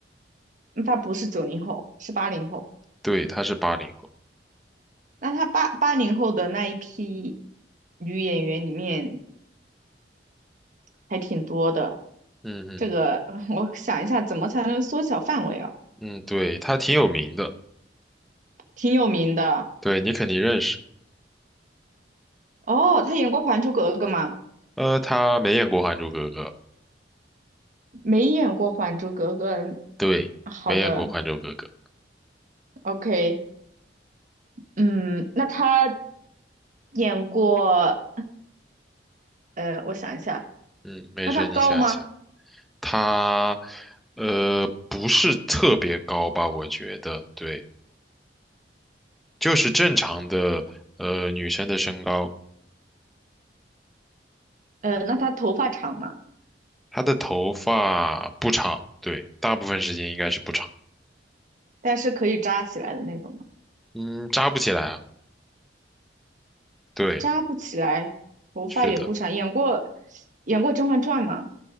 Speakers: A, on the right; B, in the centre.
A: 那他不是九零后，是八零后。
B: 对，他是八零后，
A: 那他八八零后的那一批女演员里面还挺多的。
B: 嗯嗯
A: 这个呃我想一下，怎么才能缩小范围啊？
B: 嗯，对，他挺有名的，
A: 挺有名的
B: 对你肯定认识。
A: 哦，他演过《还珠格格》吗？
B: 呃，他没演过《还珠格格》，
A: 没演过《还珠格格》。
B: 对，
A: 好的
B: 没演过《还珠格格》，
A: ，OK，嗯，那他演过，呃，我想一下，
B: 嗯，没事，
A: 那他高吗？
B: 你想一想，他，呃，不是特别高吧？我觉得，对，就是正常的，呃，女生的身高。
A: 呃，那他头发长吗？
B: 它的头发不长，对，大部分时间应该是不长。
A: 但是可以扎起来的那种吗？
B: 嗯，扎不起来啊。对，
A: 扎不起来，头发也不长。
B: 是的。
A: 演过，演过《甄嬛传》吗？